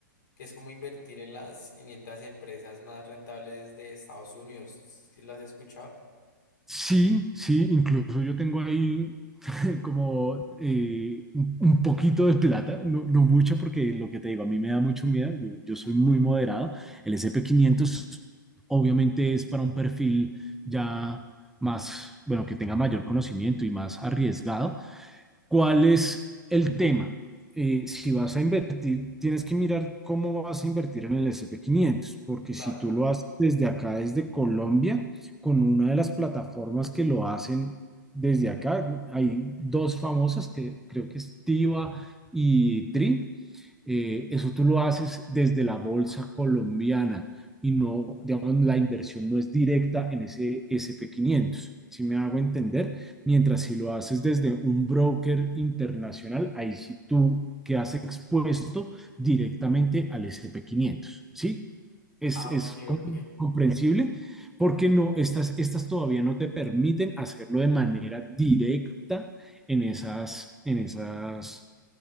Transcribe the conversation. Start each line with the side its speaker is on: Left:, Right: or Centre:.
Left: que es como invertir en las 500 empresas más rentables de Estados Unidos. ¿Sí las has escuchado?
Centre: Sí, sí, incluso yo tengo ahí <laughs> como eh, un un poquito de plata, no, no mucho porque lo que te digo, a mí me da mucho miedo, yo, yo soy muy moderado. El SP500 obviamente es para un perfil ya más, bueno, que tenga mayor conocimiento y más arriesgado, ¿Cuál es el tema? Eh, si vas a invertir, tienes que mirar cómo vas a invertir en el S&P quinientos, porque
Left: Claro.
Centre: si tú lo haces desde acá, desde Colombia, con una de las plataformas que lo hacen desde acá, hay dos famosas que creo que es Tiva y Tri. Eh, eso tú lo haces desde la bolsa colombiana y no, digamos, la inversión no es directa en ese S&P quinientos. Si me hago entender, Mientras si lo haces desde un broker internacional, ahí sí tú quedas expuesto directamente al sp quinientos ¿sí? Es,
Left: Ah,
Centre: es
Left: ok, ok.
Centre: comprensible porque no, estas, estas todavía no te permiten hacerlo de manera directa en esas, en esas,